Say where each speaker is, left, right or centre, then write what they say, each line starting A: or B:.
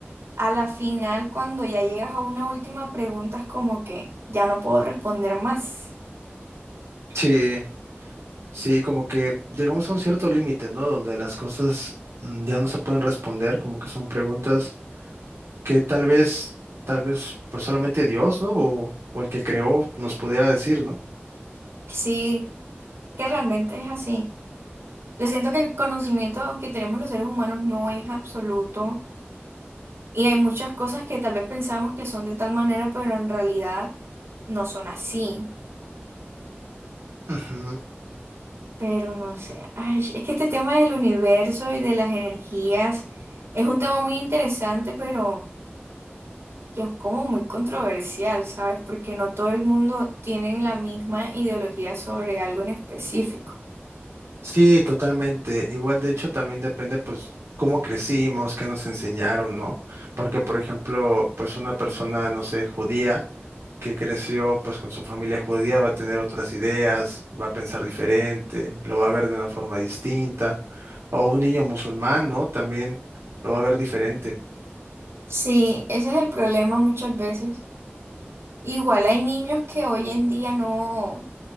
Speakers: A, on the right (about 70°); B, on the right (about 85°).
A: A la final, cuando ya llegas a una última pregunta, es como que ya no puedo responder más.
B: Sí, sí, como que llegamos a un cierto límite, ¿no? Donde las cosas mm, ya no se pueden responder, como que son preguntas que tal vez, tal vez, pues solamente Dios, ¿no? O, o el que creó nos pudiera decir, ¿no?
A: Sí, que realmente es así. Yo siento que el conocimiento que tenemos los seres humanos no es absoluto y hay muchas cosas que tal vez pensamos que son de tal manera, pero en realidad no son así.
B: Ujú.
A: Pero no sé, ay, es que este tema del universo y de las energías es un tema muy interesante, pero... que es como muy controversial, ¿sabes? Porque no todo el mundo tiene la misma ideología sobre algo en específico.
B: Sí, totalmente. Igual, de hecho, también depende, pues, cómo crecimos, qué nos enseñaron, ¿no? Porque, por ejemplo, pues una persona, no sé, judía, que creció, pues, con su familia judía, va a tener otras ideas, va a pensar diferente, lo va a ver de una forma distinta. O un niño musulmán, ¿no? También lo va a ver diferente.
A: Sí, ese es el problema muchas veces. Igual hay niños que hoy en día no